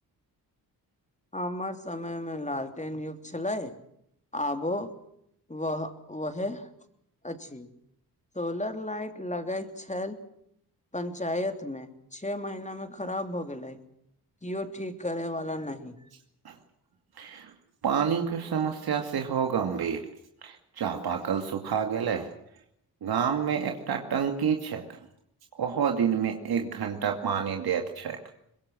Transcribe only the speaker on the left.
हमर समय मे लालटेन युग छलै। आबो व वहे अछि। सोलर लाइट लगैत छल। पंचायत मे छे। महीना मे खराब भ गेलै। केओ ठीक करैवाला नहि।